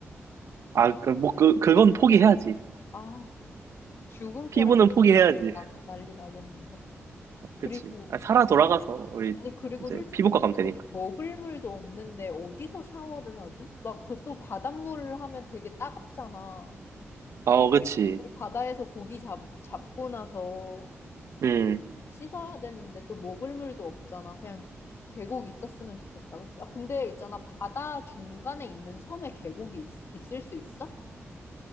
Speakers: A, on the right (about 70°); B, on the left (about 55°).
A: 아, 그, 뭐 그, 그건 포기해야지.
B: 아, 주근깨랑
A: 피부는 포기해야지.
B: 나- 난리 나겠는데.
A: <laughs>
B: 그리고,
A: 그치. 아, 살아 돌아가서 우리
B: 아니, 그리고
A: 이제
B: 솔직히
A: 피부과
B: 먹을,
A: 가면 되니까.
B: 먹을 물도 없는데 어디서 샤워를 하지? 막 그 또 바닷물 하면 되게 따갑잖아.
A: 어, 그치.
B: 우리 바다에서 고기 잡, 잡고 나서
A: 음.
B: 씻어야 되는데 또 먹을 물도 없잖아. 그냥 계곡 있었으면 좋겠다. 그치? 아, 근데 있잖아. 바다 중간에 있는 섬에 계곡이 있, 을수 있어?